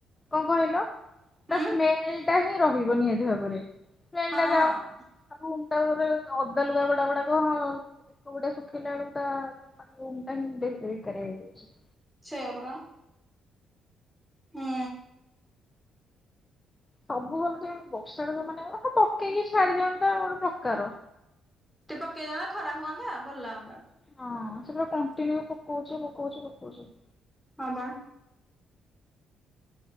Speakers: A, on the left; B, in the centre.
A: କଣ କହିଲ ତା
B: ହୁଁ
A: ସ୍ମେଲ ଟା ହିଁ ରହିବ ନିହାତି ଭାବରେ। ସ୍ମେଲ
B: ହଁ।
A: ଟା ଯାଉ ଆମ <unintelligible> ଓଦା ଲୁଗା ଗୁଡା ଗୁଡାକ ହଁ ଏକ ଗୁଟେ ଶୁଖିଲା ଆଳୁକୁ ଟ ରୁମୁ ପାଇଁ ଦେଖା ଦେଖି କରିବାକୁ ଯାଉଛି।
B: ସେୟା ପରା ହୁଁ।
A: ସବୁ ଭଲ ଯେ ବର୍ଷାଟା ଯୋଉ ମାନେ ପକେଇକି ଛାଡି ଦେନ୍ତା ଗୋଟେ ପ୍ରକାର।
B: ଟିକେ ପକେଇ ଦବ ଖରା ହୁଅନ୍ତା ଭଲ ଲାଗନ୍ତା।
A: ହଁ ସେ ପୁରା କଣ୍ଟିନ୍ୟୁ ପକଉଛି ପକଉଛି ପକଉଛି।
B: ହଁ ବା।